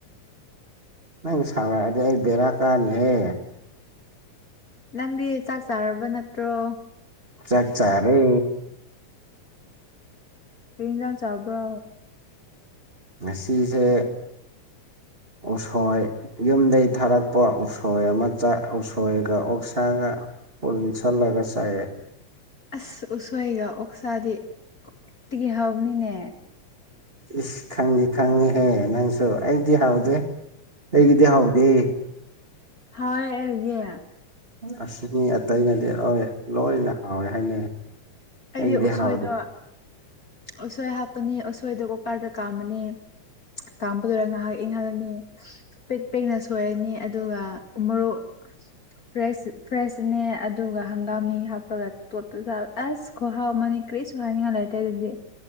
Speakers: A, on the right; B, on the left.
A: ꯅꯪ ꯁꯥꯎꯔꯛꯑꯗꯤ ꯑꯩ ꯕꯦꯔꯥ ꯀꯥꯅꯤꯍꯦ
B: ꯅꯪꯗꯤ ꯆꯥꯛ ꯆꯥꯔꯕ ꯅꯠꯇ꯭ꯔꯣ
A: ꯆꯥꯛ ꯆꯥꯔꯦ
B: ꯀꯩ ꯏꯟꯁꯥꯡ ꯆꯥꯕ꯭ꯔꯥ
A: ꯃꯦꯁꯤꯁꯦ ꯎꯁꯣꯏ ꯌꯨꯝꯗꯒꯤꯩ ꯊꯥꯔꯛꯄ ꯎꯁꯣꯏ ꯑꯃ ꯎꯁꯣꯏꯒ ꯑꯣꯛꯁꯥꯏ ꯄꯨꯟꯁꯜꯂꯒ ꯆꯥꯏꯑ
B: ꯑꯁ ꯎꯁꯣꯏꯒ ꯑꯣꯛꯁꯥꯗꯤ ꯈ꯭ꯋꯥꯛꯇꯤꯒꯤ ꯍꯕꯅꯤꯅꯦ
A: ꯏꯁ ꯈꯪꯅꯤ ꯈꯪꯉꯍꯦ ꯅꯪꯁꯨ ꯑꯩꯗꯤ ꯍꯥꯎꯗꯦ ꯍꯩꯒꯗꯦ ꯍꯥꯎꯗꯦ
B: ꯍꯒ
A: ꯑꯁꯤꯅꯤ ꯑꯇꯩꯅꯗꯤ ꯂꯣꯏ ꯂꯣꯏꯅ ꯍꯥꯎꯋꯦ ꯍꯥꯏꯅꯩ
B: ꯑꯩꯗꯤ
A: ꯑꯩꯒꯤꯗꯤ
B: ꯎꯁꯣꯏꯗꯣ
A: ꯍꯥꯎꯗꯦ
B: ꯎꯁꯣꯏ ꯍꯥꯞꯄꯅꯤ ꯎꯁꯣꯏꯗ ꯀꯣꯀꯥꯔꯗ ꯀꯥꯝꯃꯅꯤ ꯇꯥꯝꯕꯗꯨꯔꯒ ꯉꯥꯏꯍꯥꯛ ꯏꯪꯍꯜꯂꯅꯤ ꯄꯤꯛ ꯄꯦꯛꯅ ꯁꯣꯏꯔꯅꯤ ꯑꯗꯨꯒ ꯃꯣꯔꯣꯛ ꯐ꯭ꯔꯦꯁ ꯐ꯭ꯔꯦꯁꯅꯦ ꯑꯗꯨꯒ ꯍꯪꯒꯥꯝꯃꯤ ꯍꯥꯞꯄꯒ ꯇꯣꯠꯇ ꯑꯁ ꯈꯣꯍꯥꯎ ꯃꯅꯦ ꯀꯔꯤꯁꯨ ꯍꯥꯏꯅꯤꯡꯉꯥꯏ ꯂꯩꯇꯦ ꯑꯗꯨꯗꯤ